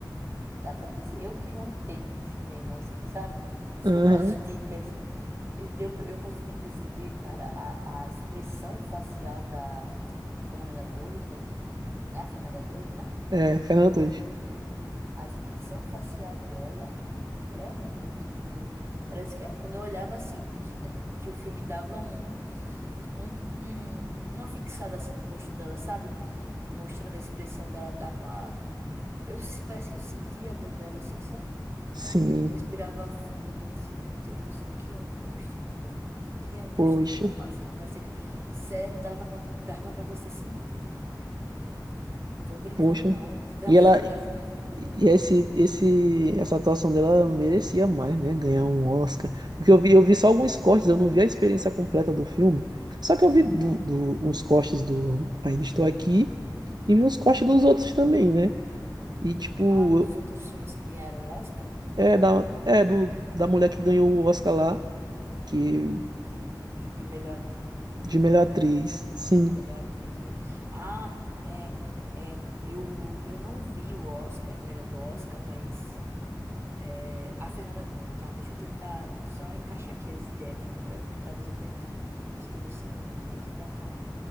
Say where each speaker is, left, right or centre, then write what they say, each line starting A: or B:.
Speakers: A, on the right (about 35°); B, on the right (about 65°).
A: Dá pra perceber. Eu que não entendo de cinema assim, sabe? Por isso
B: Aham.
A: que eu <laughs> peço dicas. Eu- Deu pra... Eu consegui perceber, cara, a, a expressão facial da Fernanda Torres, né? É a Fernanda Torres, né?
B: É, Fernanda Torres.
A: A expressão facial dela é muito incrível. Parece que quando eu olhava assim, que, da- que o filme dava um, um, um- uma fixada assim no rosto dela, sabe? mostrando a expressão dela, dava. Eu se parece que eu sentia a dor dela, assim, sabe?
B: Sim,
A: Respirava fundo, disse, meu Deus do céu, que angústia, mulher. Que angústia
B: poxa,
A: que tu tá passando. Parecia que. Sério, dava pra, dava pra você sentir. Tô brincando,
B: poxa.
A: não. <laughs> Dava
B: E ela,
A: pra sentir.
B: e esse, esse, essa atuação dela merecia mais, né? Ganhar um Oscar. Porque eu vi, eu vi só alguns cortes, eu não vi a experiência completa do filme. Só que eu vi do,
A: Muito
B: do-
A: bom.
B: uns cortes do Ainda Estou Aqui e vi uns cortes dos outros também, né? E, tipo,
A: Ah, dos outros filmes que ganharam Oscar
B: é da, é do, da mulher que ganhou o Oscar lá, que,
A: de, de melhor at-
B: de
A: de,
B: melhor atriz. Sim,
A: de melhor atriz, né? Ah, é, é, eu, eu não vi o Oscar, a entrega do Oscar, mas É, a Fernanda. Tá, deixa eu tentar só encaixar aqui as ideias na minha cabeça, porque talvez eu tenha- esteja sendo equi- equivocada.